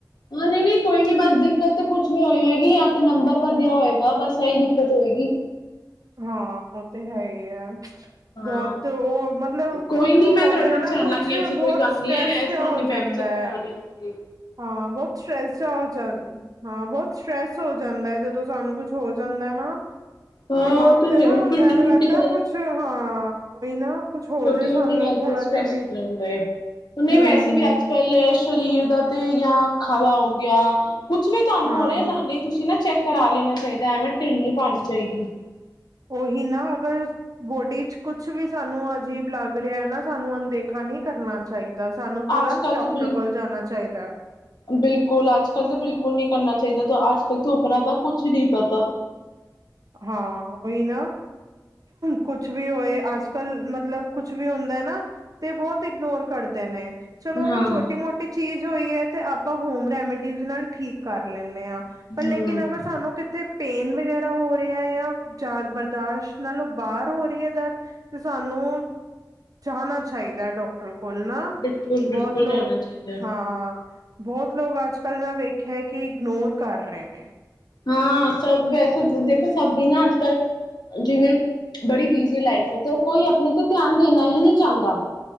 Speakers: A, on the left (about 75°); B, on the right (about 55°).
A: ਹਾਂ ਨਹੀਂ ਨਹੀਂ ਕੋਈ ਨੀ ਬਸ ਦਿੱਕਤ ਤੇ ਕੁਛ ਕੁਛ ਨਹੀਂ ਹੋਈ ਹੋਏਗੀ ਜਾਂ ਤੇ ਨੰਬਰ ਵਧੀਆ ਹੋਏਗਾ ਬਸ ਇਹੀ ਦਿੱਕਤ ਹੋਏਗੀ
B: ਹਾਂ ਉਹ ਤੇ ਹੈ ਹੀ ਆ
A: ਹਾਂ
B: ਬਹੁਤ ਉਹ ਮਤਲਬ
A: ਕੋਈ
B: ਖੁਦ
A: ਨੀ
B: ਨੂੰ
A: ਮੈਂ
B: ਹੋ
A: ਤੁਹਾਡੇ
B: ਜਾਏ
A: ਨਾਲ
B: ਨਾ
A: ਚੱਲਾਂਗੀ
B: ਕੁਛ
A: ਐਸੀ
B: ਬਹੁਤ
A: ਕੋਈ ਗੱਲ
B: ਸਟਰ੍ਰੈਸ
A: ਨੀ ਹੈ ਇਸ
B: ਜਿਹਾ
A: ਬਹਾਨੇ
B: ਹੋ
A: ਮੈਂ
B: ਜਾਂਦਾ
A: ਵੀ ਚੈੱਕ
B: ਹੈ
A: ਕਰਾ ਲਗੇ
B: ਹਾਂ ਬਹੁਤ ਸਟ੍ਰੈੱਸ ਜਾ ਹਾਂ ਬਹੁਤ ਸਟ੍ਰੈੱਸ ਹੋ ਜਾਂਦਾ ਜਦੋਂ ਸਾਨੂੰ ਕੁਛ ਹੋ ਜਾਂਦਾ ਨਾ
A: ਹਾਂ
B: ਦਿਮਾਗ
A: ਉਹ ਤਾਂ
B: ਤੇ
A: ਹੈ
B: ਨਾ
A: ਹੀ ਛੋਟੀ
B: ਐਵੇਂ
A: ਛੋਟੀ
B: ਲੱਗਦਾ ਕੁਛ ਹਾਂ ਹੀ ਨਾ ਕੁਛ ਹੋ
A: ਛੋਟੀ
B: ਜਾਏ
A: ਛੋਟੀ
B: ਸਾਨੂੰ
A: ਗੱਲ
B: ਥੋੜਾ
A: ਤੇ ਸਟਰ੍ਰੈਸ
B: ਜਿਹਾ ਵੀ
A: ਹੋ ਜਾਂਦਾ ਹੈ ਉਹੁਨੇ
B: ਹਮ
A: ਵੈਸੇ ਵੀ ਅੱਜ ਕੱਲ੍ਹ ਸਰੀਰ ਦਾ ਤੇ ਜਾਂ ਅੱਖਾਂ ਦਾ ਹੋ ਗਿਆ ਕੁੱਛ ਵੀ ਤੁਹਾਨੂੰ
B: ਹਾਂ
A: ਹੋ ਰਿਹਾ ਨਾਲੇ ਤੁਸੀਂ ਨਾ ਚੈੱਕ ਕਰਾ ਲੈਣਾ ਚਾਹੀਦਾ ਐਵੇਂ ਢਿੱਲ ਨੀ ਪਾਉਣੀ ਚਾਹੀਦੀ
B: ਉਹੀ ਨਾ ਅਗਰ ਬੋਡੀ ਚ ਕੁਛ ਵੀ ਸਾਨੂੰ ਅਜੀਬ ਲੱਗ ਰਿਹਾ ਨਾ ਸਾਨੂੰ ਅਣਦੇਖਾ ਨਹੀਂ ਕਰਨਾ ਚਾਹੀਦਾ ਸਾਨੂੰ ਤੁਰੰਤ
A: ਅੱਜ-ਕੱਲ੍ਹ
B: ਡਾਕਟਰ
A: ਤੇ ਬਿਲ
B: ਕੋਲ ਜਾਣਾ ਚਾਹੀਦਾ
A: ਬਿਲਕੁਲ ਅੱਜ ਕੱਲ ਤਾਂ ਬਿਲਕੁਲ ਨਈ ਕਰਨਾ ਚਾਹੀਦਾ ਅੱਜ ਕੱਲ ਤ ਉਮਰਾ ਦਾ ਕੁਛ ਨੀ ਪਤਾ
B: ਹਾਂ ਉਹੀ ਨਾ ਕੁਛ ਵੀ ਹੋਏ ਅੱਜ ਕੱਲ ਮਤਲਬ ਕੁਛ ਵੀ ਹੁੰਦਾ ਨਾ ਤੇ ਬਹੁਤ ਇਗਨੋਰ ਕਰਦੇ ਨੇ ਚਲੋ ਅਗਰ
A: ਹਾਂ
B: ਛੋਟੀ ਮੋਟੀ ਚੀਜ਼ ਹੋਈ ਹੈ ਤੇ ਆਪਾਂ ਹੋਮ ਰੈਮੀਡੀਜ਼ ਨਾਲ ਠੀਕ ਕਰ ਲੈਂਦੇ ਹਾਂ
A: ਹੂੰ
B: ਪਰ ਲੇਕਿਨ ਅਗਰ ਸਾਨੂੰ ਕਿੱਥੇ ਪੇਨ ਵਗੈਰਾ ਹੋਹਾ ਰਿਹਾ ਜਾਂ ਯਦ ਬਰਦਾਸ਼ਤ ਨਾਲੋਂ ਬਾਹਰ ਹੋ ਰਹੀ ਹੈ ਦਰ ਤੇ ਸਾਨੂੰ ਜਾਣਾ ਚਾਹੀਦਾ ਡਾਕਟਰ ਕੋਲ ਨਾ
A: ਬਿਲਕੁਲ-ਬਿਲਕੁਲ
B: ਬਹੁਤ ਲੋਕ
A: ਜਾਣਾ ਚਾਹੀਦਾ।
B: ਹਾਂ ਬਹੁਤ ਲੋਕ ਅੱਜ ਕੱਲ੍ਹ ਮੈਂ ਵੇਖਿਆ ਹੈ ਕਿ ਇਗਨੋਰ ਕਰ ਰਹੇ ਨੇ
A: ਹਾਂ ਸਭ ਵੈਸੇ ਦੇਖੋ ਸਭੀ ਨਾ ਅੱਜ ਕੱਲ ਜਿਵੇਂ ਬੜੀ ਬਿਜ਼ੀ ਲਾਈਫ ਹੈ ਤੇ ਕੋਈ ਆਪਣੇ ਤੇ ਧਿਆਨ ਦੇਣਾ ਹੀ ਨਹੀਂ ਚਾਹੁੰਦਾ